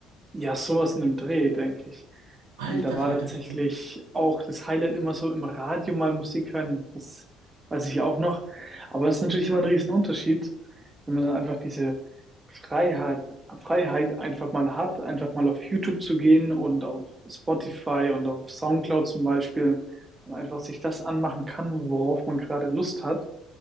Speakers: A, on the right (about 25°); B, on the right (about 80°).
A: ja, sowas in dem Dreh, denke ich.
B: Alter
A: Und da war
B: Falter,
A: tatsächlich
B: bist du
A: auch das Highlight immer so im Radio mal Musik hören. Das weiß ich auch noch. Aber es ist natürlich immer ein Riesenunterschied, wenn man dann einfach diese Freiheit, Freiheit einfach mal hat, einfach mal auf YouTube zu gehen und auf Spotify und auf SoundCloud zum Beispiel und einfach sich das anmachen kann, worauf man gerade Lust hat.